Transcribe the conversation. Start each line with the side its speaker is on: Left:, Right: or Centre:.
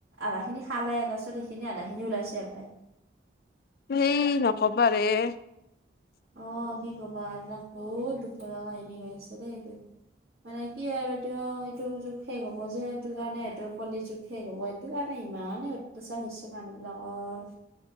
Right: আধা খিনি খালে তাৰপিছত সেইখিনি আধা খিনি ওলাইছে পায়।
Left: সেই নকবা ৰে-
Right: অঁ কি কবা এইবিলাক বহুত দুখ লগা কাহিনী হৈ আছে দেই এইটো। মানে কি আৰু এটোও এইটো যুগ শেষ হ'ব যে, এইটো কাৰণে সেইটো কলি যুগ শেষ হ'ব। সেইটো কাৰণে ইমানেই অত্যাচাৰ হৈছে মানুহ বিলাকৰ।